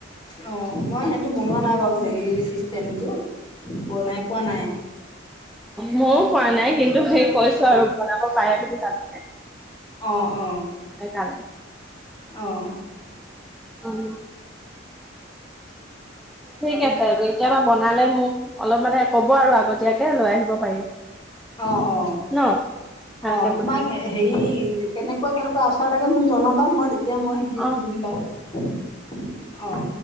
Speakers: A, on the left (about 25°); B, in the centre.
A: অ' মই সেইটো বনোৱা নাই বাৰু জেলি চিষ্টেমটো বনাই পোৱা নাই
B: মইয়ো পোৱা নাই কিন্তু সেই কৈছো আৰু বনাব পাৰে বুলি জানো যে
A: অ অ
B: সেইকাৰণে
A: অ'
B: উম ঠিক আছে কেতিয়াবা বনালে মোক অলপ মানে ক'ব আৰু আগতীয়াকে লৈ আহিব পাৰিম
A: অ অ
B: ন ভালকে
A: অ তোমাক
B: বনালে
A: এ হেৰি কেনেকুৱা কেনেকুৱা আচাৰ লাগে মোক জনাবা মই দিম তিয়া মই সেইখিনি
B: অ
A: দি দিম বাৰু